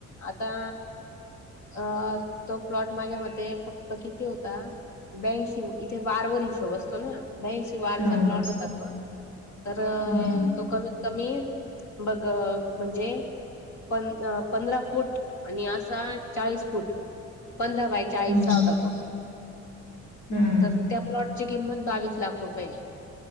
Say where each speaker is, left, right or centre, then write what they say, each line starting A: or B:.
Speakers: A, on the left; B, on the left.
A: आता अ तो प्लॉट माझ्या मते फक्त किती होता बेशीं इथे वारवर हिशोब असतो ना. बेंशी वारचा
B: हम्म
A: प्लॉट होता तो तर
B: हम्म.
A: तो कमी कमी बघ म्हणजे प पंधरा फूट. आणि असा चाळीस फूट पंधरा बाय चाळीसचा
B: हम्म
A: होता तो.
B: हम्म
A: तर त्या प्लॉट ची किंमत बावीस लाख रुपये